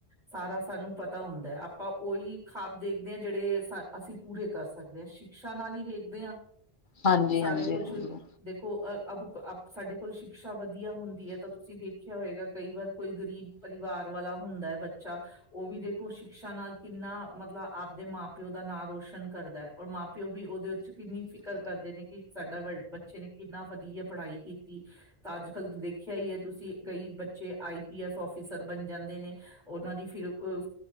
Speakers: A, on the right; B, on the left.
A: ਸਾਰਾ ਸਾਨੂੰ ਪਤਾ ਹੁੰਦਾ। ਆਪਾਂ ਉਹੀ ਖਵਾਬ ਦੇਖਦੇ ਹਾਂ ਜਿਹੜੇ ਸਾ ਅਸੀਂ ਪੂਰੇ ਕਰ ਸਕਦੇ। ਸ਼ਿਕਸ਼ਾ ਨਾਲ ਹੀ ਵੇਖਦੇ ਆਂ।
B: ਹਾਂਜੀ
A: ਸਾਰੇ
B: ਹਾਂਜੀ
A: ਕੁਛ,
B: ਹਾਂਜੀ।
A: ਦੇਖੋ ਅ-ਅਬ ਸਾਡੇ ਕੋਲ ਸ਼ਿਕਸ਼ਾ ਵਧੀਆ ਹੁੰਦੀ ਐ ਤਾਂ ਤੁਸੀਂ ਦੇਖਿਆ ਹੋਏਗਾ ਕਈ ਵਾਰ ਕੋਈ ਗਰੀਬ ਪਰਿਵਾਰ ਵਾਲਾ ਹੁੰਦਾ। ਬੱਚਾ, ਉਹ ਵੀ ਦੇਖੋ ਸ਼ਿਕਸ਼ਾ ਨਾਲ ਕਿੰਨਾ ਮਤਲਬ ਆਪਦੇ ਮਾਂ-ਪਿਓ ਦਾ ਨਾਂ ਰੋਸ਼ਨ ਕਰਦਾ ਐ। ਔਰ ਮਾਂ-ਪਿਓ ਵੀ ਉਹਦੇ ਉ ਚ' ਕਿੰਨੀ ਫਿਕਰ ਕਰਦੇ ਨੇ ਕਿ ਸਾਡਾ ਬ-ਬੱਚੇ ਨੇ ਕਿੰਨਾ ਵਧੀਆ ਪੜ੍ਹਾਈ ਕੀਤੀ। ਤਾਂ ਅੱਜ-ਕੱਲ੍ਹ ਦੇਖਿਆ ਈ ਐ ਤੁਸੀਂ, ਕਈ ਬੱਚੇ ਆਈ ਪੀ ਐਸ ਆਫਿਸਰ ਬਣ ਜਾਂਦੇ ਨੇ। ਉਹਨਾਂ ਦੀ ਫਿਰ ਪ,